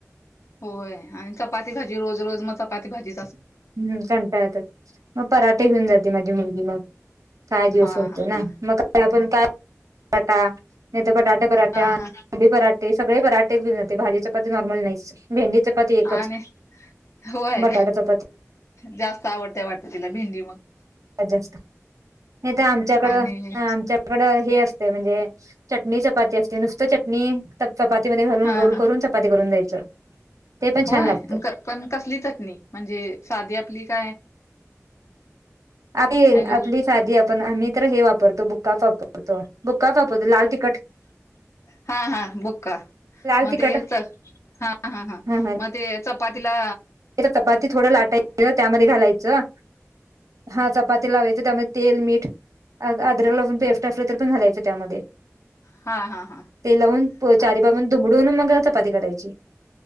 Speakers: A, on the left (about 60°); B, on the right (about 85°).
A: होय आणि चपाती भाजी रोज रोज मग चपाती भाजी
B: हम्म कंटाळतात मग पराठे घेऊन जाते माझी मुलगी मग, काय देऊ
A: हा
B: अस होतय
A: हा
B: ना
A: हा
B: मग आपण काय बटाटा नाही तर बटाटे पराठा,
A: हा हा हा
B: कोबी पराठा ते सगळे पराठेच घऊन जाते भाजी चपाती नॉर्मल नाहीच भेंडी चपाती एकच.
A: आणि होय
B: बटाटा चपाती
A: जास्त आवडतंय वाटत तिला भेंडी मग?
B: सगळ्यात जास्त नाही ते आमच्याकड
A: आणि
B: आमच्या कडं हे असते म्हणजे चटणी चपाती असते नुसत चटणी चपातीमध्ये घालून
A: हा
B: रोल
A: हा
B: करून चपाती करून द्यायचं. ते पण
A: होय
B: छान लागतं
A: पण कसली चटणी म्हणजे साधी आपली काय
B: आपली
A: हॅलो
B: आपली साधी आपण आम्ही तर हे वापरतो बुक्का च वापरतो. बुक्काच वापरतो लाल तिखट.
A: हा हा बुका
B: लाल
A: मग
B: तिखट
A: ते हा हा हा
B: ह ह
A: मग ते च पातीला
B: चपाती थोडं लाटायचं त्यामध्ये घालायचं हा चपाती लावायचं त्यामध्ये तेल, मीठ, अद्रक लसूण पेस्ट असलं तर पण घालायचं त्यामध्ये
A: हा हा हा
B: ते लावून चारी
A: आणि
B: बाबून दुमडून मग चपाती कराायची